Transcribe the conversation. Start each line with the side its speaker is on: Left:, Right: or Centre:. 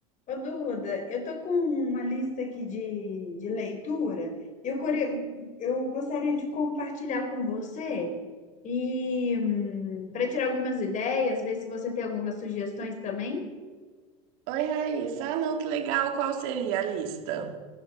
Left: Ô, Duda, eu tô com uma lista aqui de, de leitura. Eu, core- eu gostaria de compartilhar com você e para tirar algumas ideias, ver se você tem algumas sugestões também.
Right: Oi, Raíssa. Ah, não, que legal. Qual seria a lista?